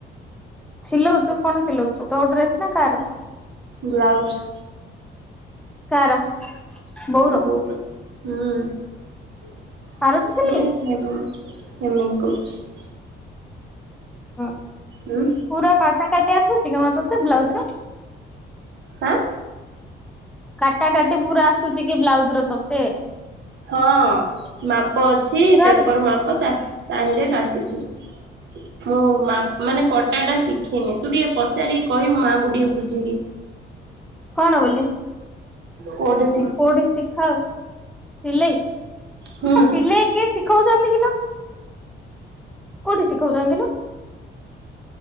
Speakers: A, in the centre; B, on the right.
A: ସିଲୋଉଛୁ କଣ ସିଲୋଉଛୁ ତୋ ଡ୍ରେସ ନା କାଆର?
B: Blouse
A: car? ବୋଉର
B: ମୋ ବୋଉ ର <unintelligible>
A: ପାରୁଛୁ ସିଲେଇ?
B: <unintelligible> କରଛି।
A: ହଁ।
B: ନା।
A: ପୁରା କାଟା କାଟି ଆସୁଛି କି ହଁ ତୋତେ ବ୍ଲାଉଜ୍ ରେ?
B: ହଁ।
A: କାଟା କାଟି ପୁରା ଆସୁଛି କି ବ୍ଲାଉଜ୍ ର ତୋତେ?
B: ହଁ ମାପ ଅଛି
A: ପୁରା
B: ପେପର୍ ମାପ ତାହି ତାହିଁରେ କାଟୁଛି। ମୁଁ ମା-ମାନେ କଟା ଟା ଶିଖି <unintelligible> ତୁ ଟିକେ ପଚାରିକି କହିବୁ ମାଙ୍କୁ ଟିକେ ବୁଝିକି।
A: କଣ ବୋଲି?
B: କୋଉଠି ଶି
A: କୋଉଠି ଶିଖାଅ ସିଲେଇ
B: ହୁଁ
A: ନା ସିଲେଇ କି ଶିଖଉଛନ୍ତି କିିଲ କୋଉଠି ଶିଖଉଛନ୍ତି ଲ?